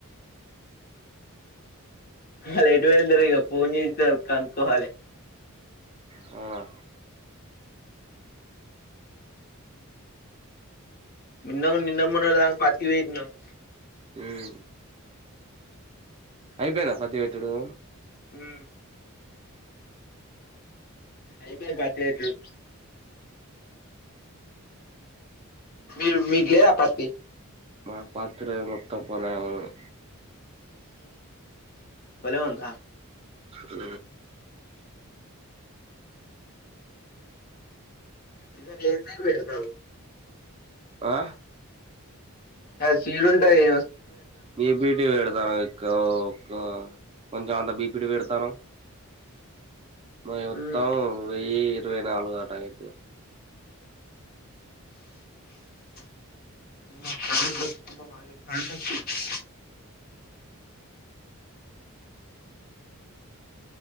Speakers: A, on the left; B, on the right.
A: ఆల్లు ఎటు వోయింటారుగా ఫోన్ చేసిళ కనుక్కోవాలి
B: వున
A: నిన్న మొన్న నిన్న మొన్నటి దాక పత్తి పెట్టినమ్
B: ఉమ్ అయిపోయిందా పత్తి పెట్టుడు
A: హు అయిపోయి పత్తి పెట్టుడు మీరూ మీకు లేదా పత్తి
B: మా పత్తి లేదుమొత్తం పోలమే ఉంది
A: పొలము ఉందా
B: ఉ
A: ఈసారి ఎందైనా పెడతావు
B: ఆ
A: అ చీలుంటాయి
B: బిపిటి పెడతాను క్కో కొ కొంచెం అంతా బిపిటి పెడతాను మే మొత్తాం
A: కరెంట్
B: వెయ్యి ఇరవై నాలుగు ఆట ఏంటిది
A: <unintelligible>